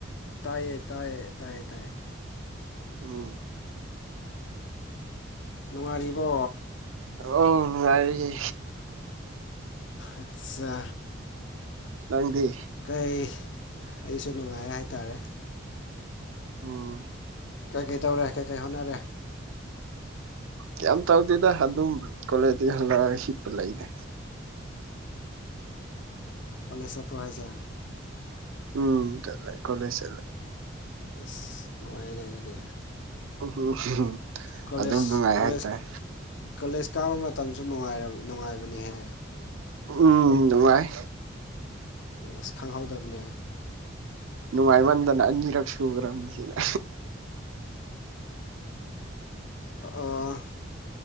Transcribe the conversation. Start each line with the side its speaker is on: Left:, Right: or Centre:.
Left: ꯇꯥꯏꯌꯦ ꯇꯥꯏꯌꯦ ꯇꯥꯏꯌꯦ ꯇꯥꯏꯌꯦ
Right: ꯑꯣꯝ
Left: ꯅꯨꯡꯉꯥꯏꯔꯤꯕꯣ
Right: ꯑ ꯅꯨꯡꯉꯥꯏꯔꯤꯦ
Left: ꯑꯆꯥ
Right: ꯅꯪꯗꯤ
Left: ꯀꯩ ꯑꯩꯁꯨ ꯅꯨꯡꯉꯥꯏ ꯍꯥꯏꯇꯥꯔꯦ
Right: ꯎꯝ
Left: ꯀꯩ ꯀꯩꯇꯧꯔꯦ ꯀꯩꯀꯩ ꯍꯣꯠꯅꯔꯦ
Right: ꯀ ꯇꯧꯗꯦꯗ ꯑꯗꯨꯝ ꯀꯣꯂꯦꯖꯇꯒꯤ ꯍꯜꯂꯛꯑꯒ ꯁꯤꯠꯄ ꯂꯩꯗꯦ
Left: ꯀꯂꯦꯖꯗ ꯆꯠꯄꯔꯣ ꯍꯥꯏꯖꯦ
Right: ꯎꯝ ꯇꯂꯦ ꯀꯣꯂꯦꯖ ꯆꯠꯂꯦ
Left: ꯑꯁ ꯅꯨꯡꯉꯥꯏꯅꯦ ꯑꯗꯨꯗꯤ
Right: ꯎꯝ
Left: ꯀꯣꯂꯦꯖ
Right: ꯑꯗꯨꯝ ꯅꯨꯡꯉꯥꯏ
Left: ꯀꯣꯂꯦꯖ
Right: ꯍꯥꯏꯇꯥꯔꯦ
Left: ꯀꯣꯂꯦꯖ ꯀꯥꯕ ꯃꯇꯝꯁꯨ ꯅꯨꯡꯉꯥꯏꯕꯅꯤꯍꯦ
Right: ꯎꯝ ꯅꯨꯉꯥꯏ
Left: ꯑꯁ ꯈꯪꯍꯧꯗꯕꯅꯦ
Right: ꯅꯨꯡꯉꯥꯏꯃꯟꯗꯅ ꯑꯅꯤꯔꯛ ꯁꯨꯈ꯭ꯔꯕꯅꯤꯁꯅ
Left: ꯑ